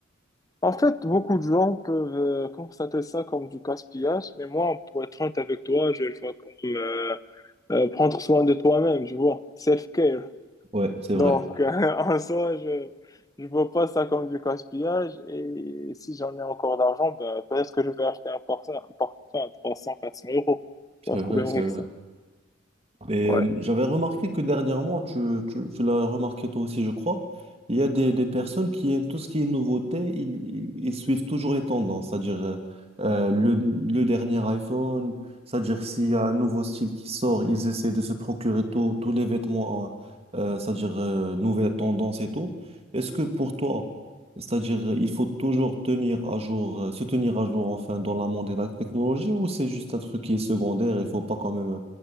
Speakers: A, on the left (about 20°); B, on the right (about 30°).
A: En fait, beaucoup de gens peuvent euh, constater ça comme du gaspillage, mais moi, pour être honnête avec toi, je le vois comme euh, euh, prendre soin de toi-même, tu vois, self-care.
B: Ouais, c'est vrai.
A: Donc, <laughs> en soi, je ne vois pas ça comme du gaspillage. Et si j'en ai encore d'argent, ben, peut-être que je vais acheter un parfum, un parfum à trois cents quatre cents euros.
B: C'est
A: Pas de
B: vrai,
A: problème
B: c'est
A: avec
B: vrai.
A: ça.
B: Et
A: Ouais.
B: euh, j'avais remarqué que dernièrement, tu, tu, tu l'as remarqué toi aussi, je crois, il y a des, des personnes qui aiment tout ce qui est nouveauté, ils, ils, ils suivent toujours les tendances, c'est-à-dire euh, euh, le, le dernier iPhone, c'est-à-dire s'il y a un nouveau style qui sort, ils essaient de se procurer tous tous les vêtements, euh, c'est-à-dire euh, nouvelles tendances et tout. Est-ce que pour toi, c'est-à-dire il faut toujours tenir à jour, euh, se tenir à jour enfin dans la monde de la technologie ou c'est juste un truc qui est secondaire, et il faut pas quand même